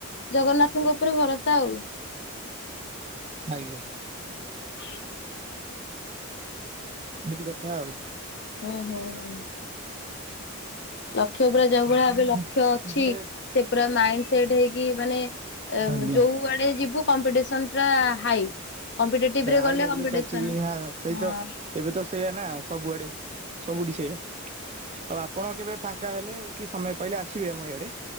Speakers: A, on the left; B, on the right.
A: ଜଗନ୍ନାଥଙ୍କ ଉପରେ ଭରସା ଆଉ।
B: ଆଜ୍ଞା।
A: <inaudible>
B: ଏମିତି କଥା ଆଉ।
A: ହୁଁ ହୁଁ ହୁଁ। ଲକ୍ଷ୍ୟ ପୁରା ଯୋଉ ଭଳିଆ
B: ଆପଣ
A: ଭବେ ଲକ୍ଷ ଅଛି
B: କେବେ
A: ସେ ପୁରା ମାଇଣ୍ଡ ସେଟ ହେଇକି ମାନେ
B: ଆଜ୍ଞା
A: ଯୋଉ ଆଡେ ଯିବୁ କମ୍ପିଟିସନ ପୁରା ହାଇ। କମ୍ପିଟେଟିଭ ରେ
B: ହାଇ
A: ଗଲେ
B: ଲେଭୁଲରେ
A: କମ୍ପିଟିସନ
B: ଚାଲିଚି ଇଂହା ସେଇତ
A: ହଁ
B: ଏବେ ତ ସେଇଆ ନା ସବୁଆଡେ, ସବୁଠି ସେଇଆ ଆଉ ଆପଣ କେବେ ଫା ଙ୍କା ହେଲେ କି ସମୟ ପାଇଲେ ଆସିବେ ଆମ ଇଆଡେ।